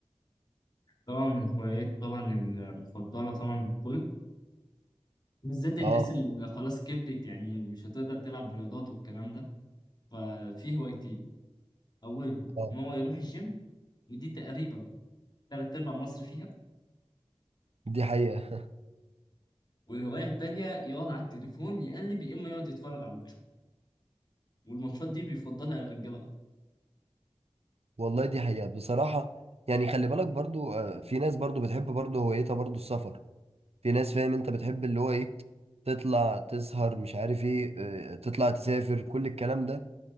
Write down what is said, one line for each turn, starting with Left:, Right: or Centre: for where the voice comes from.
Left: طبعا من هوايات طبعا المفضلة طبعا للكل بالذات الناس
Right: اه
Left: اللي خلاص كبرت يعني مش هتقدر تلعب رياضات والكلام ده ففي هوايتين أولهم
Right: اه
Left: إن هو يروح الجيم ودي تقريبا تلات أرباع مصر فيها
Right: دي حقيقة
Left: والهواية التانية يقعد على التليفون يقلب يا إما يقعد يتفرج على الماتشات والماتشات دي بيفضلها الرجالة أكتر.
Right: والله دي حقيقة بصراحة يعني خلي بالك برضو آه، في ناس برضو بتحب برضو هوايتها برضو السفر في ناس فاهم انت بتحب اللي هو ايه تطلع تسهر مش عارف ايه اه، تطلع تسافر كل الكلام ده